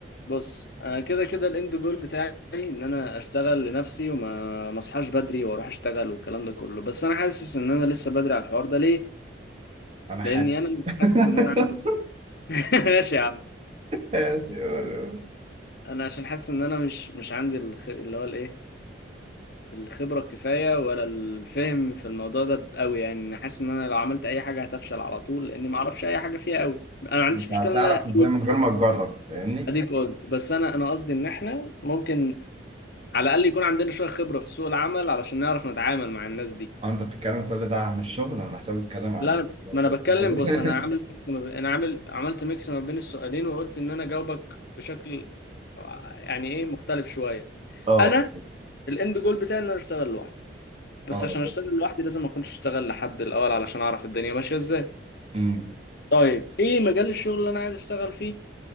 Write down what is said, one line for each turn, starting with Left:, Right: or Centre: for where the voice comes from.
Left: بص انا كده كده الاند جول بتاعي ان انا اشتغل لنفسي وما ما اصحاش بدري واروح اشتغل والكلام ده كله بس انا حاسس ان انا لسه بدري على الحوار ده ليه
Right: انا حاسس
Left: لاني انا مش
Right: <laughs>
Left: حاسس ان انا عندي <laughs> ماشي يا عم
Right: ماشي، قول قول.
Left: انا عشان حاسس ان انا مش مش عندي الخ... اللي هو الايه الخبره الكفايه ولا الفهم في الموضوع ده قوي يعني انا حاسس ان انا لو عملت اي حاجه هتفشل على طول لاني ما اعرفش اي حاجه فيها قوي انا ما عنديش
Right: انت
Left: مشكله
Right: هتعرف
Left: ان انا اقول
Right: ازاي من غير ما تجرب فاهمني
Left: اديك قلت بس انا انا قصدي ان احنا ممكن على الاقل يكون عندنا شويه خبره في سوق العمل علشان نعرف نتعامل مع الناس دي
Right: اه انت بتتكلم كل ده عن الشغل انا بحسبك بتتكلم عن
Left: لا أنا
Right: الاختلاطات.
Left: ما انا بتكلم
Right: <laughs>
Left: بص انا عامل ميكس ما بين انا عامل عملت ميكس ما بين السؤالين وقلت ان انا جاوبك بشكل آه، يعني ايه مختلف شويه
Right: اه
Left: انا الاند جول بتاعي ان انا اشتغل لوحدي بس
Right: اه
Left: عشان اشتغل لوحدي لازم ما اكونش اشتغل لحد الاول علشان اعرف الدنيا ماشيه ازاي
Right: أمم.
Left: طيب ايه مجال الشغل اللي انا عايز اشتغل فيه